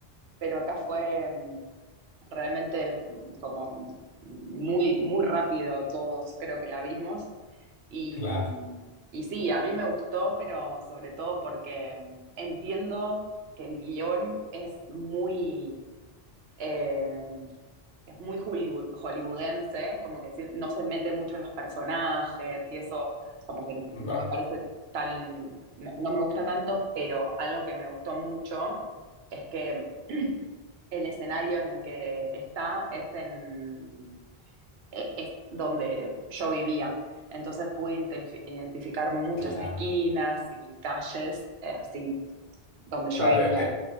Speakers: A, on the right; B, on the left.
A: pero acá fue. realmente mm, como muy, muy rápido todos creo que la vimos. Y,
B: claro.
A: mm, y sí, a mí me gustó, pero sobre todo porque mm, entiendo que el guión es muy eh, es muy Hollywood- hollywoodense, como que si- no se mete mucho en los personajes y eso como que no
B: Va-
A: me parece tan, no, no me gusta tanto, pero algo que me gustó mucho es que <clears throat> el escenario en el que está es en, e- es donde yo vivía. Entonces pude identif- identificar muchas
B: cla-
A: esquinas y calles, eh, así, donde yo
B: claro,
A: vivía.
B: e- e,